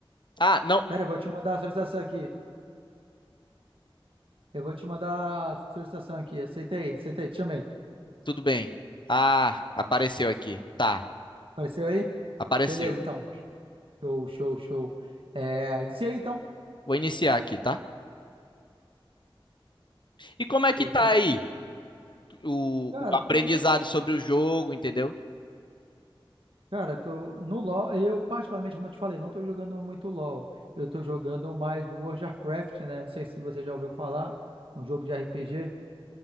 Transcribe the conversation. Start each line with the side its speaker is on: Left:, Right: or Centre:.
Left: Ah, não,
Right: Pera, eu vou te mandar a solicitação aqui. Eu vou te mandar a solicitação aqui. Aceitei, aceitei, te chamei.
Left: tudo bem. Ah, apareceu aqui. Tá,
Right: Apareceu aí?
Left: apareceu.
Right: Beleza, então. Show, show, show. É, iniciei então.
Left: Vou iniciar aqui, tá? E como é que
Right: Show,
Left: tá
Right: show.
Left: aí o,
Right: Cara,
Left: o aprendizado
Right: tô,
Left: sobre o jogo, entendeu?
Right: cara, tô no LoL. Eu, particularmente, como eu te falei, não tô jogando muito LoL. Eu tô jogando mais World of Warcraft, né? Não sei se você já ouviu falar. É Um jogo de RPG.